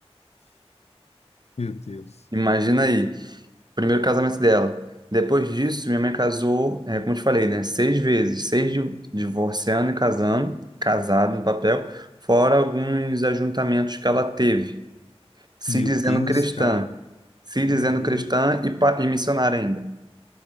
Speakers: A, on the left; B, on the right.
A: Meu Deus.
B: Imagina aí. primeiro casamento dela. Depois disso, minha mãe casou, é, como eu te falei, né? Seis vezes, seis di- divorciando e casando, casado no papel, fora alguns ajuntamentos que ela teve, se
A: Meu
B: dizendo
A: Deus,
B: cristã,
A: cara.
B: se
A: Meu
B: dizendo
A: Deus.
B: cristã e, pa- e missionária ainda. <laughs>